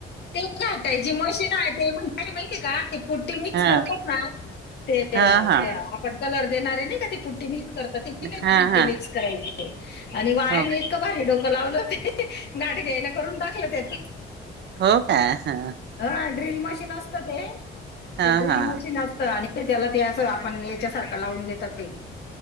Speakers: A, on the left (about 55°); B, on the right (about 60°).
A: ते घाटायची मशीन आहे. ते म्हण काय माहितीय का? ते कुट्टी मिक्स
B: हा
A: करतात ना? ते घर..
B: हा हा
A: आपण कलर देणारे नाही का? ती पुट्टी मिक्स करता
B: हा
A: पुट्टी
B: हा
A: मिक्स करायचे. आणि बायांनी
B: हो
A: इतकं भारी डोकं लावलं. ते गाठ घ्यायला करून टाकलं. त्याच
B: हो का हा
A: हा ड्रिल मशीन असत ते?
B: हा
A: ते ड्रिल
B: हा
A: मशीन असतं. आणि त्याला ते अस आपण एक सारक लाऊन देतात ते